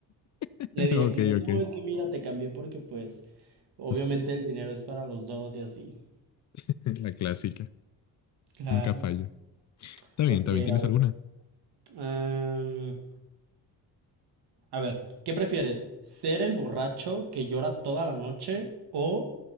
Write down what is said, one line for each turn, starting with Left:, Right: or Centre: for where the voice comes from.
Left: <laughs>
Right: Le diré
Left: Ok,
Right: como de, no,
Left: ok.
Right: es que mira, te cambié porque pues obviamente
Left: Pues,
Right: el dinero es para los dos y así.
Left: <laughs> la clásica.
Right: Claro.
Left: Nunca falla. Está bien,
Right: Ok,
Left: también tienes
Right: a ver.
Left: alguna.
Right: am, a ver, ¿qué prefieres? ¿Ser el borracho que llora toda la noche o